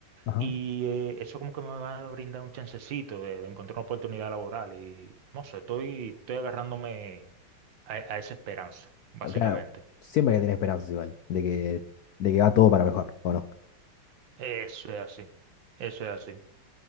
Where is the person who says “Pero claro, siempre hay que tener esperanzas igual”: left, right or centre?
Left